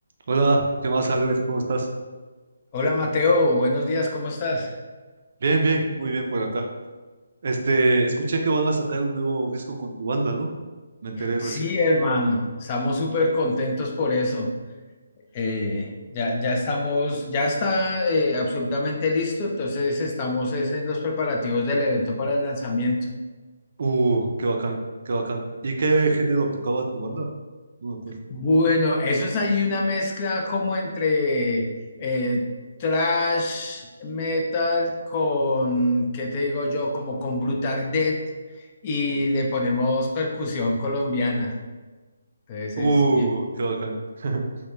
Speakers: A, on the right; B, on the left.
A: Hola, ¿qué más, Albert? ¿Cómo estás?
B: Hola Mateo, buenos días, ¿cómo estás?
A: Bien, bien, muy bien por acá. Este, escuché que van a sacar un nuevo disco con tu banda, ¿no? Me enteré
B: Sí,
A: recién.
B: hermano, estamos súper contentos por eso. Eh, ya, ya estamos, ya está eh, absolutamente listo, entonces estamos es en los preparativos del evento para el lanzamiento.
A: Uh, qué bacán, qué bacán. ¿Y qué género tocaba tu banda? No me acuerdo.
B: Bueno, eso es ahí una mezcla como entre eh, thrash metal con, ¿qué te digo yo? Como con Brutal Death y
A: Uh,
B: le ponemos percusión colombiana, entonces
A: uh,
B: es bien.
A: qué bacán. <laughs>